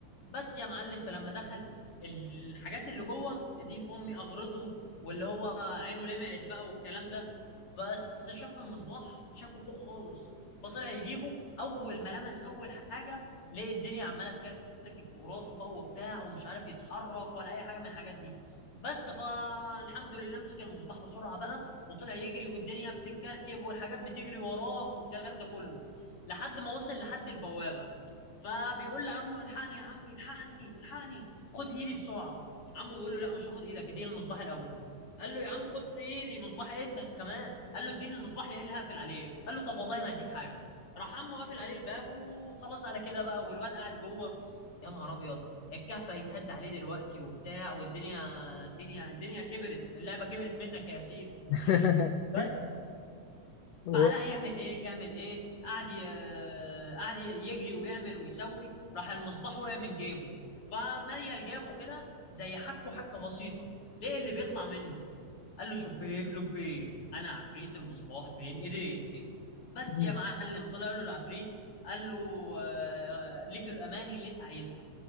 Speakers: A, on the left; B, on the left.
A: بس يا معلم فلما دخل الحاجات اللي جوه يا دين امي اغرته واللي هو عينه لمعت بقى والكلام ده بس شاف المصباح شافه فوق خالص فطلع يجيبه اول ما لمس اول حاجه لقى الدنيا عماله تكلم مركب فوق راسه بقى وبتاع ومش عارف يتحرك ولا اي حاجه من الحاجات دي بس فالحمد لله مسك المصباح بسرعه بقى وطلع يجري والدنيا بتتكركب والحاجات بتجري وراه والكلام ده كله لحد ما وصل لحد البوابه فبيقول لعمه الحقني يا عمي الحقني الحقني خد ايدي بسرعه عمه بيقول له لا مش هاخد ايدك اديني المصباح الاول قال له يا عم خد ايدي مصباح ايه انت كمان قال له اديني المصباح يا اللي هقفل عليك قال له طب والله ما هديك حاجه راح عمه قافل عليه الباب وخلاص على كده بقى والواد قاعد جوه يا نهار ابيض الكهف هيتهد عليه دلوقتي وبتاع والدنيا الدنيا الدنيا كبرت اللعبه كبرت منك يا ياسين
B: <laughs>
A: بس
B: هو
A: فعلاء يعمل ايه يعمل ايه قعد ي- قعد يجري ويعمل ويسوي راح المصباح وقع من جيبه فميل جابه كده زي حكه حكه بسيطه ليه اللي بيطلع منه قال له شبيك لبيك انا عفريت المصباح بين ايديك بس
B: مم.
A: يا معلم طلع له العفريت قال له آه، آه، ليك الاماني اللي انت عايزها